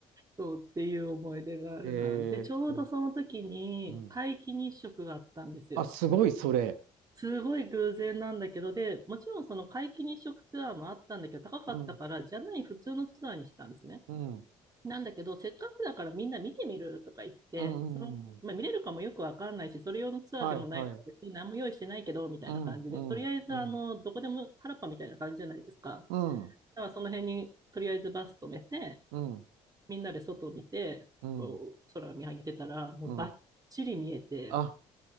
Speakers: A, on the right (about 25°); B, on the right (about 85°).
A: そうっていう思い出があるな。
B: ー、えー、
A: で、ちょうどその時に皆既日食があったんですよ。
B: うん。あ、すごい、それ。
A: すごい偶然なんだけど、で、もちろんその皆既日食ツアーもあったんだけど、高かったから、
B: うん、
A: じゃない普通のツアーにしたんですね。
B: うん、
A: なんだけど、せっかくだからみんな見てみるとか言って、
B: うん、
A: その、
B: うん。
A: まあ、見れるかもよくわかんないし、それ用のツアーでもないから別に何も用意してないけど、
B: はい、はい。
A: みたいな感じで、
B: うん、うん、
A: とりあえずあの、
B: うん、
A: どこでも原っぱみたいな感じじゃないですか。
B: うん、
A: だからその辺にとりあえずバス止めて、
B: うん、
A: みんなで外を見て、
B: うん。
A: こう、空を見上げてたら、もうバッチリ見えて、
B: うんあ、